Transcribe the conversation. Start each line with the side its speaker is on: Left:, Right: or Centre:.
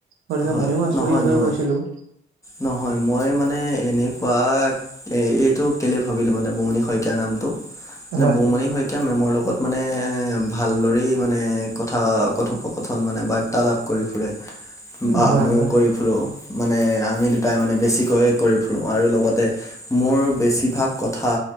Right: গতিকে
Left: হয়
Right: ময়ো আচৰিত
Left: নহয় নহয়
Right: হৈ গৈছিলোঁ।
Left: নহয় মই মানে এনেকোৱাক এ এইটো কেলে ভাবিলো মানে বৌমণি শইকীৰ নামটো মানে
Right: হয়
Left: বৌমণি শইক- এতিয়া মেমৰ লগত মানে ভালদৰেই মানে কথা কথোপকথন মানে বাত- ৰ্তালাপ কৰি ফুৰে।
Right: <inaudible>
Left: বা ময়ো
Right: হয়
Left: কৰি ফুৰোঁ মানে আমি দুটাই মানে বেছিকৈয়ে কৰি ফুৰোঁ আৰু লগতে মোৰ বেছিভাগ কথা